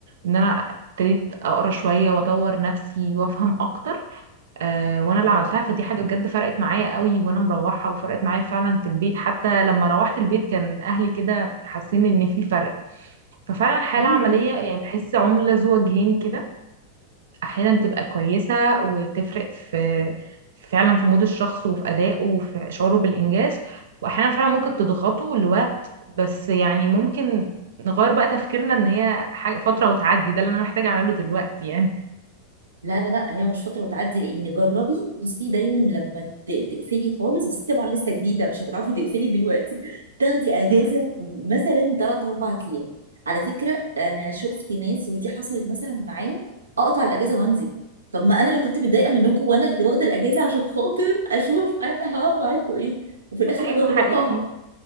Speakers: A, on the right; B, on the right.
A: ان انا ابتديت اقرا شوية واطور نفسي وافهم اكتر آه، وانا اللي عملتها فدي حاجه بجد فرقت معايا قوي وانا مروحه وفرقت معايا فعلا في البيت حتى لما روحت البيت كان اهلي كده حاسين ان في فرق ففعلا الحالة
B: ايوه
A: العملية يعني بحس عملة ذو وجهين كده احيانا تبقى كويسة وتفرق في فعلا في مود الشخص وفي ادائه وفي شعوره بالانجاز واحيانا فعلا ممكن تضغطه لوقت بس يعني ممكن نغير بقى تفكيرنا ان هي حاجة فترة وتعدي ده اللي انا محتاجة اعمله دلوقتي يعني
B: لا لا لا هي مش فترة وتعدي لأن جربي بصي دايما لما ت- تقفلي خالص بس طبعا لسه جديدة مش هتعرفي تقفلي دلوقتي تاخدي أجازة
A: <laughs>
B: مثلا تلات أربع أيام على فكرة أنا شفت ناس ودي حصلت مثلا معايا أقطع الأجازة وأنزل طب ما أنا اللي كنت متضايقة منكم وأنا اللي واخدة الأجازة عشان خاطر أشوف أنا هعمل معاكم إيه وفي الآخر
A: ايوه
B: أنا اللي
A: حقيقي
B: بقطعها